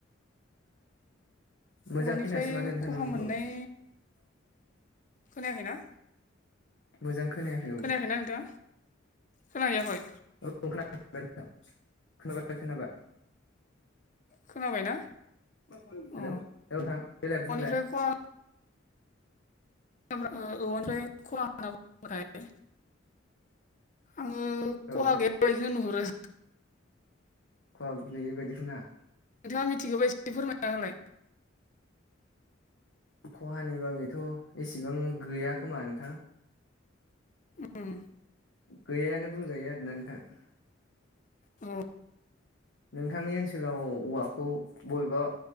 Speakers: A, on the left; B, on the left.
A: मोजां
B: औवानिफ्राय
A: खोनायासै माथो नोंथां
B: खहा
A: नोंनिखौ
B: मोननाय खोनायाखैना
A: मोजां खोनायाखै औ
B: खोनायाखै ना नोंथांआ खोनाहैयाखय?
A: औ खोनाबाय खोनाबाय खोनाबाय।
B: खोनाबायना
A: हेल'
B: अ
A: औ नोंथां देलाय बुंलाय?
B: औवानिफ्राय खहा औवानिफ्राय खला होनना बुंबाथाय आंङो
A: औ
B: खहा गैया बायदि नुहुरो
A: खहा गोयै बायदिखो ना।
B: नोंथांङा मिथिगौबा एसे फोरमायना हालाय?
A: खहानि बागै' एसेबां गैया खोमा नोंथां।
B: उम।
A: गैयानो बुंजायो आरोना नोंथां।
B: औ
A: नोंथांनि ओनसोलाव औवाखौ बबेबा